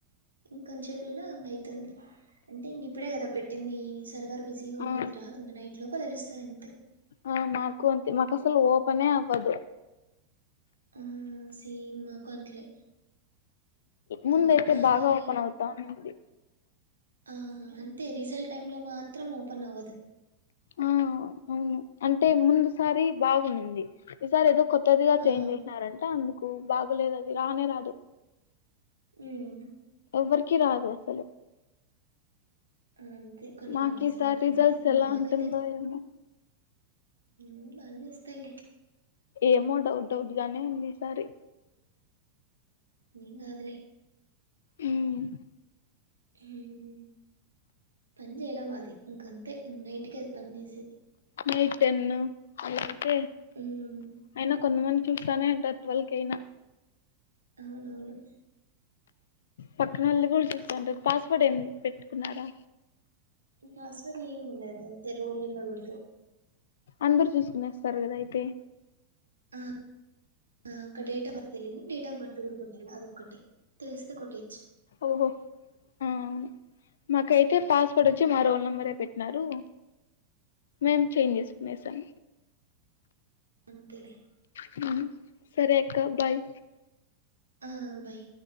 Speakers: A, on the right; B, on the left.
A: ఇంకొన్ చేపుల్లో అయితుంది. అంటే ఇంక ఇప్పుడే కదా పెట్టిందీ సర్వర్ బిజీగుంటుంది
B: ఆ
A: రాదు ఇంకా నైట్లోప తెలుస్తదంతే
B: ఆ మాకు అంతే మాకసల్ ఓపనే అవ్వదు.
A: ఆ సేమ్ మాకు అంతే
B: ముందయితే
A: గు ఆదీ
B: బాగా ఓపెన్ అవుతా ఉంది
A: ఆహా అంతే రిజల్ట్ టైమ్లో మాత్రం ఓపెన్ అవ్వదు.
B: ఆ అవును అంటే ముందుసారి బాగుంనుంది. ఈసారి ఏదో కొత్తదిగ
A: ఆ
B: చేంజ్ చేసినారంట అందు కో బాగలేదు అది రానే రాదు
A: హ్మ్
B: ఎవ్వరికి రాదు అసలు
A: అంతే కొన్ని
B: మాకు
A: కొన్ని
B: ఈసారి
A: సార్లు అంతే
B: రిజల్ట్స్ ఎలా
A: మాకైతే
B: ఉంటుందో ఏమో
A: ఉ బానే వస్తాయిలే
B: ఏమో డౌట్ డౌట్ గానే ఉంది ఈ సారి
A: ఎం కాదులే
B: ఇహ్మ్
A: ఇహ్మ్ పని చేయలా మాది ఇంకంతే నైట్కే అది పని చేసేది
B: నైట్ టెన్ అలా అయితే
A: హ్మ్.
B: అయినా కొంతమంది చూస్తానే ఉంటారు ట్వల్ కేయినా
A: అవునవును
B: పక్కన వాళ్ళ కూడా చూస్తుంటారు పాస్వర్డ్ ఏం పెట్టుకున్నారా.
A: పాస్వర్డ్ ఏం ఉండదు అంతే రోల్ నెంబర్ కూడా
B: అందరు చూసుకునేస్తారు కద అయితే
A: ఆ అంకా డేట్ ఆఫ్ బర్త్ తెదు డేట్ ఆఫ్ బర్త్ అ కూడా కొట్టాలి అదొక్కటి తెలిస్తే కొట్టెయొచ్చు
B: ఓహో ఆ అవును మాకైతే పాస్పోర్ట్ వచ్చి మరోనా నెంబరే పెట్టినారు మేం చేంజ్ చేసుకునేసాం.
A: అంతలే
B: హ్మ్ సరే అక్క బాయ్
A: ఆ బాయ్